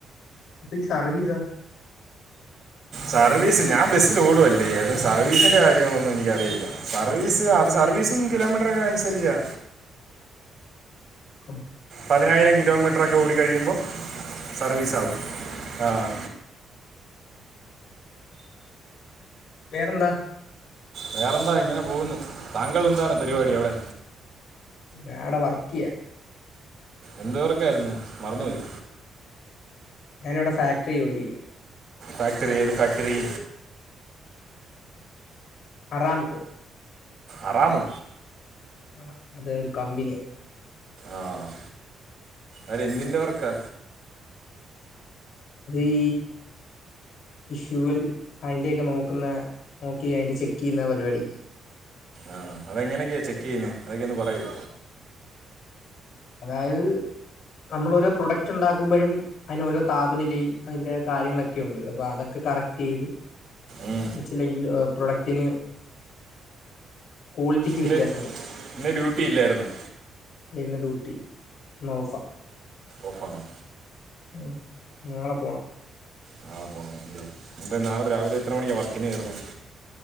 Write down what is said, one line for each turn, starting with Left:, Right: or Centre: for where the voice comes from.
Left: അപ്പ ഈ സർവിസ
Right: സർവീസ് ഞാൻ ബസ്സിൽ ഓടുവല്ലേ അത് സർവീസിന്റെ കാര്യങ്ങളൊന്നും എനിക്കറിയില്ല സർവീസ്. ഒരു സർവീസും കിലോമീറ്ററക്കെ അനുസരിച്ചാ.
Left: <inaudible>
Right: പതിനായിരം കിലോമീറ്ററൊക്കെ ഓടി കഴിയുമ്പോ സർവീസ് ആകും. ആഹ്
Left: വേറെന്താ.
Right: വേറെന്താ ഇങ്ങനെ പോകുന്നു താങ്കൾ എന്താണ് പരിപാടി അവിടെ.
Left: ഞാൻഇവടെ വർക്ക് ചെയ്യ.
Right: എന്ത് വർക്കായിരുന്നു മറന്നുപോയി.
Left: ഞാനിവിടെ ഫാക്ടറി ജോലി ചെയുക.
Right: ഫാക്ടറി ഏത് ഫാക്ടറി..
Left: അറാംകോ
Right: അറാമോ
Left: ആഹ് അത് ഒരു കമ്പനിയാ
Right: ആഹ് അത് എന്തിന്റെ വർക്കാ.
Left: അത് ഈ ഈ ഷ്യൂവിൽ അതിന്റെക്കെ നോക്കുന്ന നോക്കി അതി ചെക്ക് ചെയ്യുന്ന പരിപാടില്ലെ
Right: ആഹ് അതെങ്ങനെയൊക്കെയാ ചെക്ക് ചെയ്യുന്നേ അതൊക്കെയൊന്ന് പറയോ.
Left: അതായത് നമ്മളോരോ പ്രൊഡക്റ്റ് ഉണ്ടാക്കുമ്പോഴും. അതിന് ഓരോ താപനിലയും അതിന്റെ കാര്യങ്ങളൊക്കെ ഉണ്ട് അപ്പൊ അതൊക്കെ കറക്ട് ചെയ്ത്.
Right: ഉം
Left: വച്ചില്ലെങ്കിൽ പ്രൊഡക്ടിന്. ക്വാളിറ്റിക്ക്
Right: ഇന്ന്
Left: വ്യത്യാസം വരും.
Right: ഇന്ന് ഡ്യൂട്ടി ഇല്ലായിരുന്നു
Left: ഇല്ല ഡ്യൂട്ടി ഇന്ന് ഓഫ.
Right: ഓഫാണോ.
Left: ഉം നാളെ പോണം.
Right: നാളെ പോകണം എന്നിട്ട് നാളെ രാവിലെ എത്ര മണിക്കാണ് വർക്കിന് കയറുന്നത്.